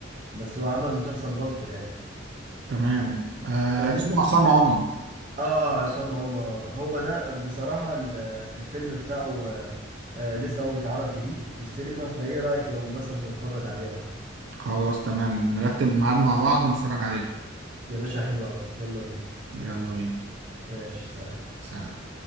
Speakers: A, on the right (about 40°); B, on the right (about 65°).
A: بس هو عمل مسلسل بالطو يعني
B: تمام آه،
A: المهم
B: اسمه عصام عمر
A: اه عصام عمر هو ده بصراحة ال- الفيلم بتاعه آه، آه، لسه هو بيتعرض جديد في السينما فايه رأيك لو مثلا نتفرج عليه او حاجة
B: خلاص تمام نرتب ميعاد مع بعض ونتفرج عليه
A: يا باشا حلو قوي يلا بينا
B: يلا بينا
A: ماشي سلام
B: سلام